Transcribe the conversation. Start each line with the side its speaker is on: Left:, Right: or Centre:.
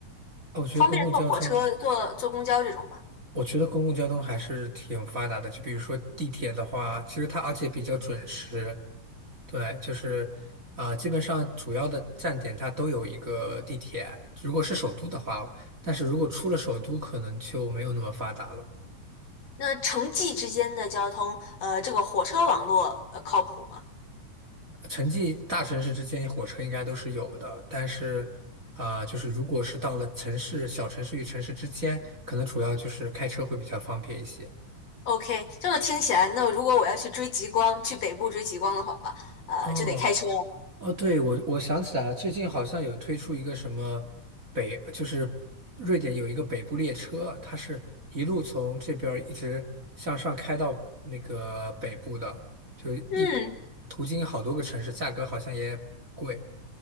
Right: 哦，我觉得公共交通。
Left: 方便坐火车、坐坐公交这种吗？
Right: 我觉得公共交通还是挺发达的，就比如说地铁的话，其实它而且比较准时，对，就是啊、基本上主要的站点它都有一个地铁。如果是首都的话，但是如果出了首都，可能就没有那么发达了。
Left: 那城际之间的交通，呃，这个火车网络呃靠谱吗
Right: 城际大城市之间火车应该都是有的，但是啊、就是如果是到了城市、小城市与城市之间，可能主要就是开车会比较方便一些。
Left: ？OK，这么听起来，那如果我要去追极光，去北部追极光的话，呃，
Right: 哦，
Left: 就得开车了。
Right: 哦，对，我我想起来了，最近好像有推出一个什么北，就是瑞典有一个北部列车，它是一路从这边儿一直向上开到那个北部的，就一
Left: 嗯
Right: 途经好多个城市，价格好像也不贵。